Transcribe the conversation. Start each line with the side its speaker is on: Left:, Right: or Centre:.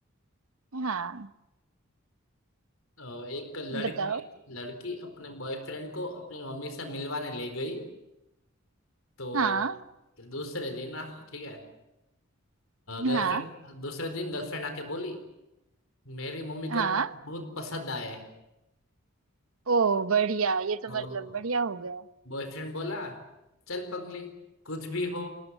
Right: हाँ
Left: अ, एक लड़की
Right: बताओ
Left: लड़की अपने बॉयफ्रेंड को अपनी मम्मी से मिलवाने ले गई तो
Right: हाँ
Left: दूसरे दिन ना ठीक है
Right: हाँ
Left: गर्लफ्रेंड दूसरे दिन गर्लफ्रेंड आके बोली मेरी मम्मी
Right: हाँ
Left: को बहुत पसंद आए
Right: ओ बढ़िया ये
Left: और
Right: तो मतलब बढ़िया हो गया
Left: बॉयफ्रेंड बोला चल पगली कुछ भी हो